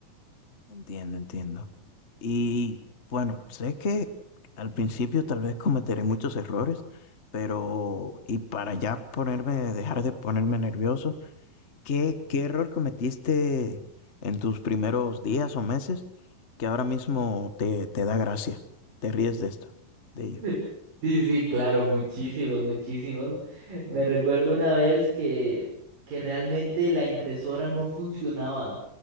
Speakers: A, on the left; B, on the right.
A: Entiendo, entiendo. Y bueno, sé que al principio tal vez cometeré muchos errores, pero y para ya ponerme, dejar de ponerme nervioso, ¿Qué, qué error cometiste en tus primeros días o meses que ahora mismo te, te da gracia? Te ríes de esto, de ello.
B: <laughs> Sí, sí, claro, muchísimos, muchísimos. Me recuerdo una vez que, que realmente la impresora no funcionaba,